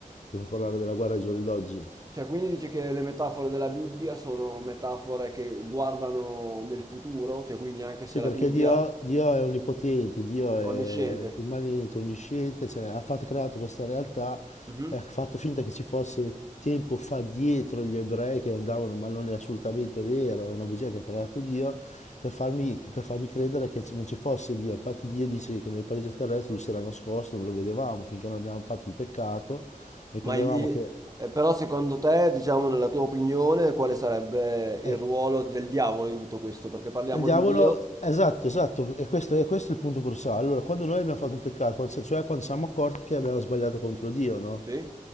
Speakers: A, on the left; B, on the right.
A: per parlare della guerra ai giorni d'oggi.
B: Cioè, quindi dici che le metafore della Bibbia sono metafore che guardano nel futuro, cioè quindi anche se
A: Sì, perché
B: la Bibbia
A: Dio,
B: Sì.
A: Dio è onnipotente, Dio è
B: è onnisciente.
A: immanente, onnisciente, cioè ha fatto- creato questa realtà
B: Mhm.
A: e ha fatto finta che ci fosse tempo fa dietro gli ebrei che andavano, ma non è assolutamente vero, è una bugia che ha creato Dio per farmi, per farmi credere che non ci fosse Dio. Infatti Dio dice che nel paradiso terrestre lui si era nascosto, non lo vedevamo finché non abbiamo fatto il peccato e
B: Ma
A: credevamo
B: lì,
A: che...
B: eh, però secondo te, diciamo nella tua opinione, quale sarebbe il
A: eh,
B: ruolo del diavolo in tutto questo? Perché parliamo
A: Il diavolo,
B: di Dio,
A: esatto, esatto, e questo, e questo è il punto cruciale. Allora, quando noi abbiamo fatto il peccato, quando- cioè quando siamo accorti che abbiamo sbagliato contro Dio, no?
B: sì?